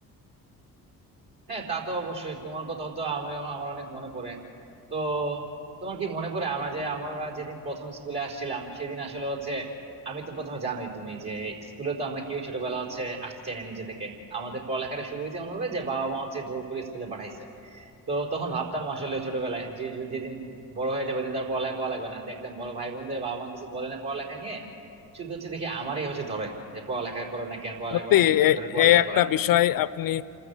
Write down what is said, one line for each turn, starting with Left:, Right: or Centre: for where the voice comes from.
Right: হ্যাঁ তা তো অবশ্যই তোমার কথা তো আমিও আমার অনেক মনে পড়ে তো তোমার কি মনে পড়ে আমরা যে আমরা যেদিন প্রথম স্কুলে আসছিলাম সেদিন আসলে হচ্ছে আমি তো প্রথমে জানোই তুমি যে স্কুলে তো আমরা কেউ ছোটবেলা হচ্ছে আসতে চাই না নিজে থেকে আমাদের পড়ালেখাটা শুরু হয়েছে এমন ভাবে যে বাবা মা হচ্ছে জোর করে স্কুলে পাঠাইছে তো তখন ভাবতাম আসলে ছোটবেলায় যে যে- যেদিন বড় হয়ে যাবে দিন তার পড়ালেখা করা লাগবে না দেখতাম বড় ভাই বোনদের বাবা মা কিছু বলে না পড়ালেখা নিয়ে শুধু হচ্ছে দেখি আমারই হচ্ছে ধরে যে পড়ালেখা করে না কেন পড়ালেখা
Left: সত্যি
Right: করে না কেন জোর
Left: এ
Right: করে পড়ালেখা
Left: এ একটা
Right: করায়
Left: বিষয় আপনি